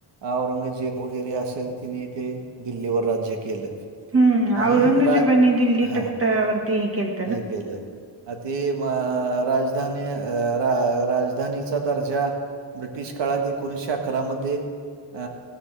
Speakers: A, on the right (about 70°); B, on the right (about 30°).
A: औरंगजेब वगैरे असेल तीनी ते दिल्लीवर राज्य केलं
B: हम्म
A: आणि
B: औरंगजेबानी
A: रा
B: दिल्ली
A: हा
B: तक्त वरती केल
A: हे केलं अ ति अ राजधानी अ रा राजधानीचा दर्जा ब्रिटिश काळात एकोणीशे अकरामध्ये अ